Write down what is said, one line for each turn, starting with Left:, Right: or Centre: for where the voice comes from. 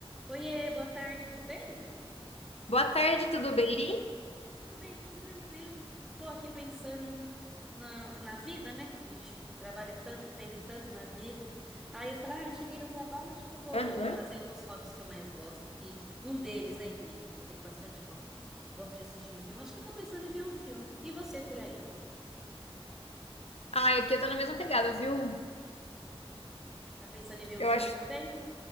Centre: Oiê, boa tarde, tudo bem?
Left: Boa tarde, tudo bem?
Centre: Tudo bem, tudo tranquilo. Tô aqui pensando na, na vida, né? Que a gente trabalha tanto, pensa tanto na vida. Aí eu falei, ah, cheguei do trabalho, acho que eu vou
Left: Aham.
Centre: fazer um dos hobbies que eu mais gosto aqui. Um deles, né? Que eu tenho bastante hobby. Gosto de assistir um filme. Acho que eu tô pensando em ver um filme. E você por aí?
Left: Ah, aqui eu tô na mesma pegada, viu?
Centre: Tá pensando em ver um
Left: Eu
Centre: filme
Left: acho,
Centre: também?